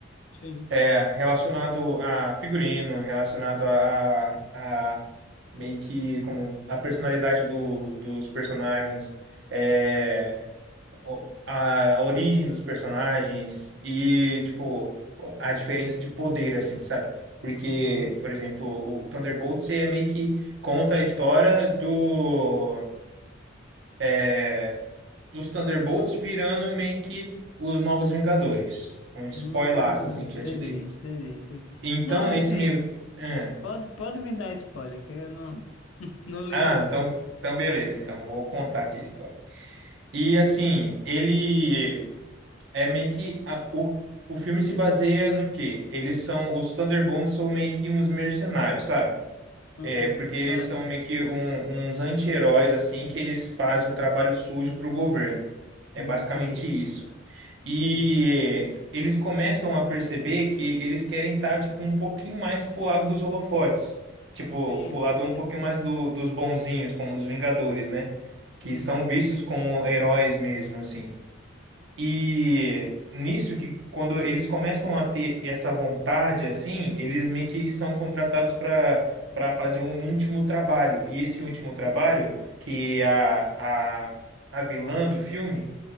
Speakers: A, on the left (about 85°); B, on the right (about 65°).
A: sim.
B: É, relacionado a figurino, relacionado a, a, a meio que como a personalidade do, dos personagens, é, o- a, a origem dos personagens e, tipo, a diferença de poder, assim, sabe? Porque,
A: Uhum.
B: por exemplo, o Thunderbolts é meio que conta a história do, é, dos Thunderbolts virando meio que os Novos Vingadores. Um spoilaço,
A: Hum,
B: assim, que
A: entendi,
B: já te dei.
A: entendi, entendi.
B: Então,
A: Não,
B: nesse
A: assim,
B: meio. Ah,
A: pode, pode me dar spoiler, que eu não, <laughs> não ligo
B: ah,
A: não.
B: então, então beleza. Então, vou contar aqui a história. E assim, ele é meio que. a- o, o filme se baseia no quê? Eles são. Os Thunderbolts são meio que uns mercenários, sabe?
A: Hum,
B: É, porque eles
A: certo.
B: são meio que um- uns anti-heróis, assim, que eles fazem um trabalho sujo pro governo. É
A: Hum,
B: basicamente
A: entendi,
B: isso. E
A: entendi.
B: eles começam a perceber que eles querem estar, tipo, um pouquinho mais pro lado dos holofotes. Tipo,
A: Sim,
B: pro
A: entendi.
B: lado um pouquinho mais do- dos bonzinhos, como os Vingadores, né?
A: Sim.
B: Que são vistos como heróis mesmo, assim. E nisso que quando eles começam a ter essa vontade, assim, eles meio que são contratados para para fazer um último trabalho. E esse último trabalho,
A: Hum.
B: que é a, a, a vilã do filme